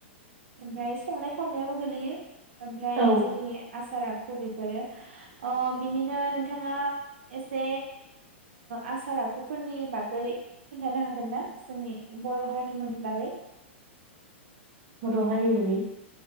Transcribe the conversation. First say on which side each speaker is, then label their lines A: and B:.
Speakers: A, on the right; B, on the right.
A: ओमफ्राय संनाय खावनायाबो गोलैयो ओमफ्राय
B: औ
A: जोंनि आसारा बेफोरो आ बिनिनो नोंथाङा एसे आसार आखुफोरनि बागै खोन्थानो हागोन ना जोंनि बर' हारिमुनि बागै
B: बर' हारिमुनि